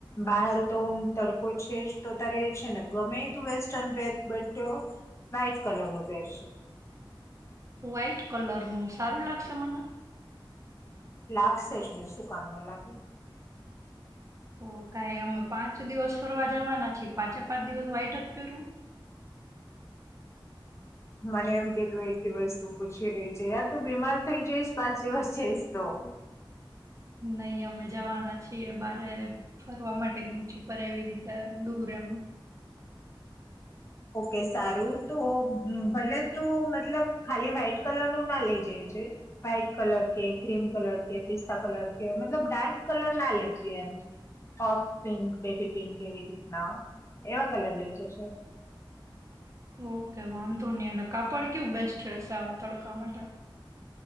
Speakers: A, on the left; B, on the right.
A: બહાર તોમ તડકો છે જ તો તારે છે ને ગમે એ તું વેસ્ટર્ન પેર બટ વ્હાઈટ કલરનું પેર છે
B: વ્હાઈટ કલર નું સારું લાગશે મને
A: લાખસેસને શું કામ ન લાગે
B: તો કઈ અમે પાંચ દિવસ ફરવા જવાના છીએ પાંચે પાંચ દિવસ વાહાઈટ જ પેરું
A: મને એમ કે તું એક દિવસ તું પૂછી રહી છે યાર તું બીમાર થઈ જઈશ પાંચ દિવસ જઈશ તો
B: નહી અમે જવાના છીએ બારે ફરવા માટે બીચ ઉપર એવી રીતે દૂર એમ
A: ઓકે સારું તો ભલે તો મતલબ ખાલી વ્હાઈટ કલર નું ના લઇ જે છે વ્હાઈટ કલર કે ક્રીમ કલર કે પિસ્તા કલર કે મતલબ ડાર્ક કલર ના લેત એમ ઓફ પિંક બેબી પિંક એવી રીતના એવા કલર લઈ જશે
B: ઓકે વાંધો નહી અને કાપડ કયુ બેસ્ટ રહેશે આવા તડકા માટે